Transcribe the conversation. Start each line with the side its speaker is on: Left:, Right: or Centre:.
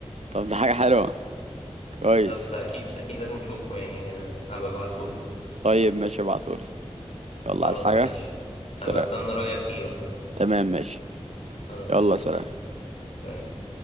Right: طب ده حاجة حلوة كويس
Left: بالظبط فأكيد أكيد لازم تشوفه يعني آه، هبقى أبعتهولك
Right: طيب ماشي ابعتهولي يلا
Left: خلاص
Right: عايز حاجة
Left: ماشي
Right: سلام
Left: هبقى أستنى رأيك فيه بقى
Right: تمام ماشي
Left: خلاص
Right: يلا
Left: ماشي
Right: سلام
Left: سلام.